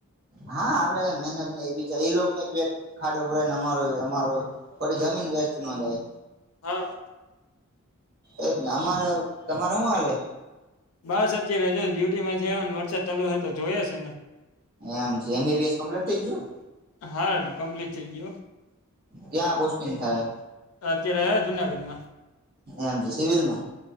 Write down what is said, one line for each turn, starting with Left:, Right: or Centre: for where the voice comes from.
Right: હા આપડે કઈ મહેનત ન બચ એ ન પેટ ખાડો પુરાય ને અમારો અમારો પડી જમીન વેસ્ટ ન જાય
Left: હા
Right: એજને અમારે તમારે શું હાલે
Left: બસ અત્યારે જો ડ્યુટી માંથી આવ ને વરસાદ ચાલુ થ તો જોઈ હશે ને
Right: એમ છે એમસમ્ટ થઈ ગયું
Left: હા કમ્પ્લીટ થઈ ગયું
Right: ક્યાં પોસ્ટિંગ થાય
Left: અત્યારે જુનાગઢ માં
Right: એમ છે સિવિલમાં